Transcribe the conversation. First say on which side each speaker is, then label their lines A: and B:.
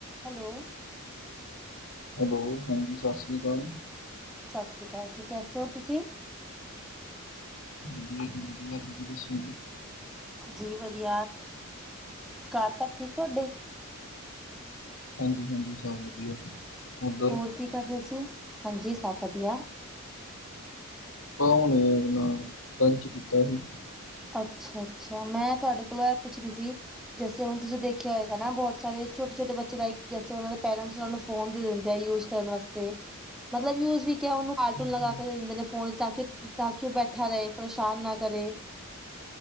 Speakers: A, in the centre; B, on the left.
A: Hello,
B: hello ਹਾਂਜੀ ਸਤਿ ਸ੍ਰੀ ਅਕਾਲ।
A: ਸਤਿ ਸ੍ਰੀ ਅਕਾਲ ਜੀ ਕੈਸੇ ਹੋ ਤੁਸੀਂ?
B: ਵਧੀਆ ਜੀ ਵਧੀਆ ਤੁਸੀ ਸੁਣਾਓ?
A: ਜੀ ਵਧੀਆ ਘਰ ਸਭ ਠੀਕ ਤੁਹਾਡੇ?
B: ਹਾਂਜੀ-ਹਾਂਜੀ ਸਭ ਵਧੀਆ। ਉੱਧਰ
A: ਹੋਰ ਕੀ ਕਰ ਰਹੇ ਸੀ, ਹਾਂਜੀ ਸਭ ਵਧੀਆ।
B: ਬੱਸ ਹੁਣੇ, ਅਪਣਾ ਲੰਚ ਕੀਤਾ ਸੀ।
A: ਅੱਛਾ ਅੱਛਾ ਮੈਂ ਤੁਹਾਡੇ ਕੋਲੋਂ ਇਹ ਪੁੱਛ ਰੀ ਸੀ, ਜੈਸੇ ਹੁਣ ਤੁਸੀਂ ਦੇਖਿਆ ਹੋਏਗਾ ਨਾ ਬਹੁਤ ਸਾਰੇ ਛੋਟੇ-ਛੋਟੇ ਬੱਚੇ ਲਾਇਕ ਜੈਸੇ, ਉਹਨਾਂ ਦੇ ਪੇਰੈਂਟਸ ਉਹਨਾਂ ਨੂੰ ਫੋਨ ਦੇ ਦਿੰਦੇ ਆ ਯੂਜ਼ ਕਰਨ ਵਾਸਤੇ। ਮਤਲਬ ਯੂਜ਼ ਵੀ ਕਿਆ ਉਹਨੂੰ ਕਾਰਟੂਨ
B: ਹਮ,
A: ਲਗਾ ਕੇ ਦੇ ਦਿੰਦੇ ਨੇ ਫੋਨ ਚ ਤਾਂ ਕਿ ਤਾਂ ਕਿ ਉਹ ਬੈਠਾ ਰਹੇ ਪਰੇਸ਼ਾਨ ਨਾ ਕਰੇ।